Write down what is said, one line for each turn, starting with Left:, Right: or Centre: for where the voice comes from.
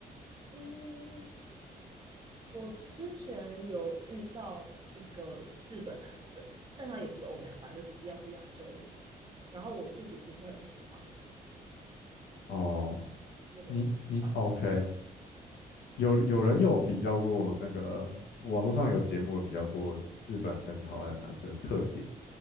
Right: 嗯，我之前有遇到一个日本男生，但他也不是欧美啊，反正就是一样是亚洲的。然后我自己不是很喜欢
Left: 哦，
Right: 那种方式，
Left: 你你 OK，有有人有比较过那个网络上有节目有比较过日本跟台湾的男生的特点，